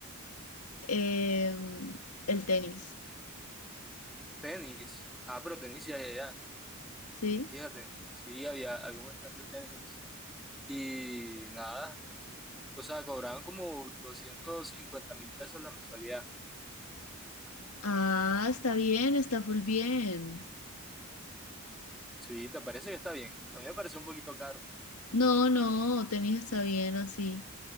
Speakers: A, on the left; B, in the centre.
A: em, el tenis,
B: Tenis. Ah, pero tenis ya, ya, ya.
A: ¿sí?
B: Fíjate, sí, había, había un stand de tenis. Y nada. O sea, cobraban como doscientos cincuenta mil pesos la mensualidad.
A: Ah, está bien, está full bien.
B: Sí, ¿te parece que está bien? A mí me parece un poquito caro.
A: No, no, tenis está bien así.